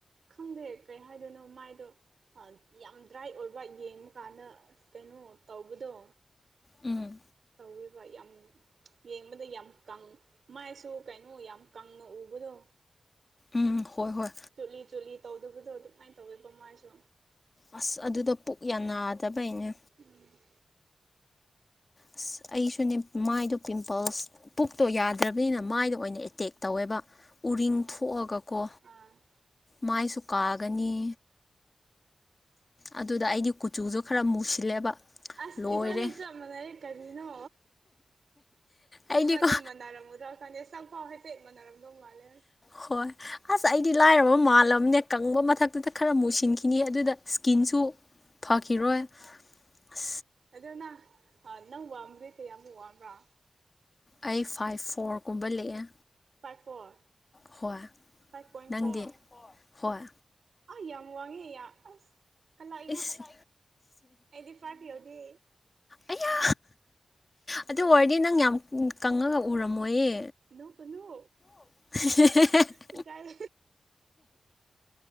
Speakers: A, on the right; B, on the left.
A: ꯈꯪꯗꯦ ꯀꯩ ꯍꯥꯏꯗꯣꯏꯅꯣ ꯃꯥꯏꯗꯣ ꯌꯥꯝ ꯗ꯭ꯔꯥꯏ ꯑꯣꯏꯕ ꯌꯦꯡꯕꯀꯥꯟꯗ ꯑ ꯀꯩꯅꯣ ꯇꯧꯕꯗꯣ
B: ꯎꯝ
A: ꯇꯧꯋꯦꯕ ꯌꯥꯝ ꯌꯦꯡꯕꯗ ꯌꯥꯝ ꯀ ꯃꯥꯏꯁꯨ ꯀꯩꯅꯣ ꯌꯥꯝ ꯀꯪꯅ ꯎꯕꯗꯣ
B: ꯎꯝ ꯍꯣꯏ ꯍꯣꯏ
A: ꯆꯨꯠꯂꯤ ꯆꯨꯠꯂꯤ ꯇꯧꯗꯕꯗꯣ ꯑꯗꯨꯃꯥꯏꯅ ꯇꯧꯋꯦꯀꯣ ꯃꯥꯥꯏꯁꯨ
B: ꯑꯁ ꯑꯗꯨꯗꯣ ꯄꯨꯛ ꯌꯥꯝ ꯅꯥꯗꯕꯩꯅꯦ
A: ꯎꯝ
B: ꯑꯁ ꯑꯩꯁꯨꯅꯦ ꯃꯥꯏꯗꯣ ꯄꯤꯝꯄꯜꯁ ꯄꯨꯛꯇꯣ ꯌꯥꯗ꯭ꯔꯕꯅꯤꯅ ꯃꯥꯏꯗꯣ ꯑꯣꯏꯅ ꯑꯦꯇꯦꯛ ꯇꯧꯋꯦꯕ ꯎꯔꯤꯡ ꯊꯣꯛꯑꯒꯀꯣ
A: ꯎꯝ
B: ꯃꯥꯏꯁꯨ ꯀꯥꯒꯅꯤ ꯑꯗꯨꯗ ꯑꯩꯒꯤ ꯀꯨꯆꯨꯁꯨ ꯈꯔ ꯃꯨꯁꯤꯜꯂꯦꯕ
A: ꯑꯁ
B: ꯂꯣꯏꯔꯦ
A: ꯏꯕꯥꯅꯦ ꯆ ꯃꯅꯔꯦ ꯀꯅꯤꯅꯣ
B: ꯑꯩꯗꯤꯀꯣ
A: ꯏꯃꯅꯤ ꯃꯥꯟꯅꯔꯝꯃꯨꯗ꯭ꯔꯥ ꯀꯥꯟꯗ ꯆꯪꯐꯥꯎ ꯍꯥꯏꯐꯦꯠ ꯃꯥꯟꯅꯔꯝꯗꯧ ꯃꯥꯜꯂꯦ
B: ꯍꯣꯏ ꯑꯁ ꯑꯩꯗꯤ ꯂꯥꯏꯔꯕ ꯃꯥꯜꯂꯝꯅꯦ ꯀꯪꯕ ꯃꯊꯛꯇꯨꯗ ꯈꯔ ꯃꯨꯁꯤꯟꯈꯤꯅꯤ ꯑꯗꯨꯗ ꯁ꯭ꯀꯤꯟꯁꯨ ꯐꯈꯤꯔꯣꯏ ꯑ
A: ꯑꯗꯨꯗꯣꯅ ꯅꯪ ꯋꯥꯝ꯭ꯔꯦ ꯀꯌꯥꯃꯨꯛ ꯋꯥꯕ꯭ꯔꯥ
B: ꯑꯩ ꯐꯥꯏꯚ ꯐꯣꯔꯒꯨꯝꯕ ꯂꯦꯛꯑꯦ
A: ꯐꯥꯏꯚ ꯐꯣꯔ
B: ꯍꯣꯏ
A: ꯐꯥꯏꯚ ꯄꯣꯏꯟ
B: ꯅꯪꯗꯤ
A: ꯐꯣꯔ
B: ꯍꯣꯏ
A: ꯑꯥ ꯌꯥꯝ ꯋꯥꯡꯉꯦ ꯑꯁ ꯀꯂꯥꯛꯏꯅꯣ
B: ꯏꯁ
A: ꯑꯩꯗꯤ ꯄꯥꯄꯤꯌꯣꯗꯤ
B: ꯑꯩꯌꯥ ꯑꯗꯨ ꯑꯣꯏꯔꯗꯤ ꯅꯪ ꯌꯥꯝ ꯀꯪꯉꯒ ꯎꯔꯝꯃꯣꯏꯌꯦ
A: ꯅ ꯀꯅꯣ
B: <inaudible>
A: ꯏ ꯀꯥꯏ